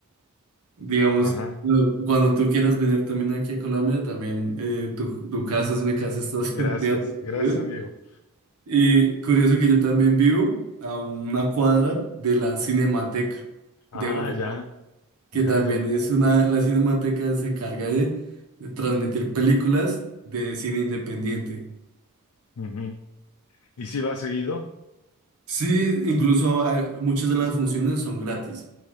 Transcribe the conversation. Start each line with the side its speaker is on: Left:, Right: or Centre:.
Right: Digamos,
Left: Ajá,
Right: bueno, cuando tú quieras venir también aquí a Colombia, también eh, tu, tu casa es mi casa, estás
Left: gracias,
Right: <laughs> bien recibido.
Left: gracias amigo.
Right: Y curioso que yo también vivo a una cuadra de la Cinemateca
Left: Ah,
Right: de Bogotá,
Left: ya,
Right: que
Left: ya,
Right: también
Left: ya. ya,
Right: es una, la Cinemateca se encarga de, de transmitir películas de cine independiente.
Left: ujú. ¿Y si va seguido?
Right: Sí, incluso hay- muchas de las funciones son gratis.